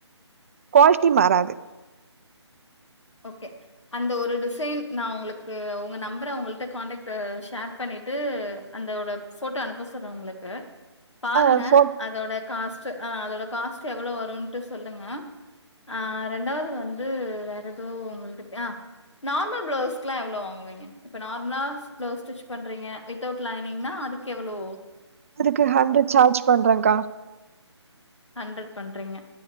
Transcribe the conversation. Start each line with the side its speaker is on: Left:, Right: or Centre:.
Right: குவால்ட்டி மாறாது
Left: ஓக்கே அந்த ஒரு டிசைன் நா உங்களுக்கு உங்க நம்பர அவ்ங்கள்ட்ட கான்டக்ட்டு ஷேர் பண்ணிட்டு அந்தோட ஃபோட்டோவ அனுப்ப சொல்ற உங்களுக்கு பாருங்க
Right: ஆ ஃபோர்
Left: அதோட காஸ்ட்டு அ அதோட காஸ்ட்டு எவ்ளோ வருன்ட்டு சொல்லுங்க ஆ ரெண்டாவது வந்து வேற எதோ உங்கள்ட்ட ஆ நார்மல் ப்ளௌஷ்க்லா எவ்ளோ வாங்குவீங்க இப்ப நார்மலாஸ் ப்ளவுஸ் ஸ்டிச் பண்றீங்க வித்தவுட் லைனிங்னா அதுக்கு எவ்வளோ
Right: அதுக்கு ஹண்ட்ரட் சார்ஜ் பண்றங்க்கா
Left: ஹண்ட்ரட் பண்றீங்க